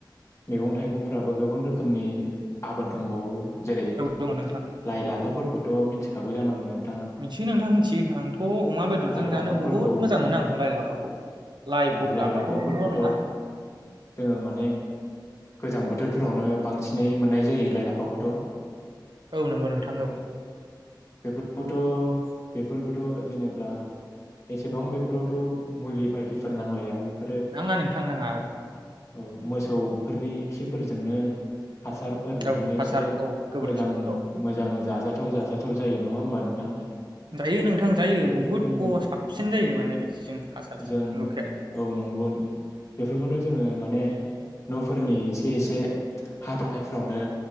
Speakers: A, on the left (about 40°); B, on the right (about 70°).
A: मैगं-थाइगंफ्राबो गोबां रोखोमनि आबाद दंबावो। जेरै
B: दङ नोंथां
A: लाइ लाफाफोरखौथ' मिथि खागौ जानांगौ नोन
B: मिथियो नोंथां मिथियो आंथ' अमा बेदरजों
A: लाइ
B: जानो
A: लाफाफोरखौ
B: बहुद मोजां मोनो आं लाइ लाफाखौ लाइखौ
A: औ लाइ
B: लाफाखौल'
A: लाफाफोरखौथ'
B: नङा
A: जोङो माने गोजां बोथोरफोरावनो बांसिनै मोननाय जायो लाइ लाफाखौथ
B: औ नंगौ नोंथां औ
A: बे फोरबोथ' बेफोरबोथ' जेनेब्ला एसेबां बेफोरावथ' मुलि बायदिफोर नांलाया बेफो
B: नाङा नोंथां नाङा औ
A: औ मोसौ फोरनि खिफोरजोंनो। हासारफोरजोंनो
B: औ हासार
A: एसे
B: औ गोबोरखि
A: मोजां
B: औ
A: मोजां जाजा। जाजाथाव जायो नङा ह होनोमबा नोंथां।
B: जायो नोंथां जायो
A: बेफोरखौनो
B: बुहुद साबसिन जायो माने बिदिजों हासारजों
A: जों
B: लकेल।
A: औ नंगौ बेफोरखौनो जोङो माने न'फोरनि एसे एसे हा थानायफ्रावनो।